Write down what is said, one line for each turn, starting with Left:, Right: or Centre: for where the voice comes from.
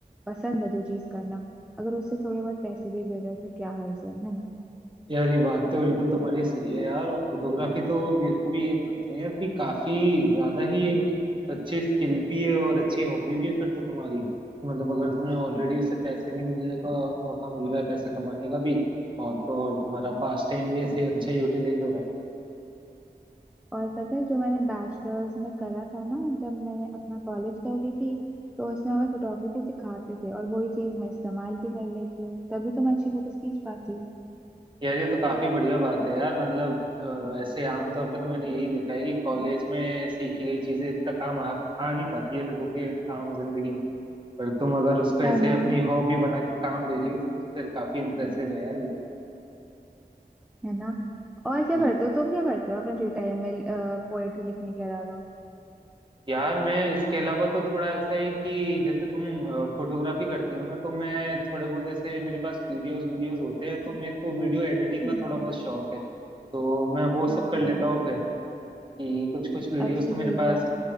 Centre: पसंद है जो चीज करना अगर उससे थोड़े बहुत पैसे भी मिल रहे हैं तो क्या हर्ज है है
Right: यार ये बात तो बिल्कुल तुम्हारी सही है यार और फोटोग्राफी तो मेरे को भी ये मानते हैं यार कि काफी ज्यादा ही एक अच्छी स्किल भी है और अच्छी हॉबी भी है फिर तो तुम्हारी मतलब अगर तुम्हें ऑलरेडी
Centre: ना
Right: उससे पैसे भी मिलने का मौका मिल रहा है पैसे कमाने का भी और तो और तुम्हारा पास टाइम भी ऐसे अच्छा यूटिलाइज हो रहा है
Centre: और पता है जो मैंने बैचलर्स में करा था ना जब मैंने अपना कॉलेज कर रही थी तो उसमें हमें फोटोग्राफी सिखाते थे और वही चीज मैं इस्तेमाल भी कर लेती हूँ तभी तो मैं अच्छी फोटोज खींच पाती हूँ
Right: यार ये तो काफी बढ़िया बात है यार मतलब अ, ऐसे आमतौर पे तो मैंने यही देखा है कि कॉलेज में सीखी गई चीजें इतना काम आ, आ नहीं पाती है लोगों के आम जिंदगी में पर तुम अगर उस पे
Centre: है
Right: ऐसे
Centre: ना
Right: अपनी हॉबी बना के काम ले रही हो तो फिर काफी इम्प्रेसिव है यार ये।
Centre: है ना और क्या
Right: बिल्कुल।
Centre: करते हो तुम क्या करते हो अपने फ्री टाइम में पोएट्री लिखने के अलावा
Right: यार मैं इसके अलावा तो थोड़ा ऐसा है कि जैसे तुम फोटोग्राफी करती हो ना तो मैं थोड़े बहुत ऐसे मेरे पास वीडियोस वीडियोस होते हैं तो मेरे को वीडियो एडिटिंग
Centre: हम्म
Right: का थोड़ा बहुत शौक है तो मैं वो सब
Centre: हाँ
Right: कर लेता हूँ कि कुछ कुछ वीडियोस
Centre: अच्छी
Right: तो
Centre: चीज
Right: मेरे पास
Centre: है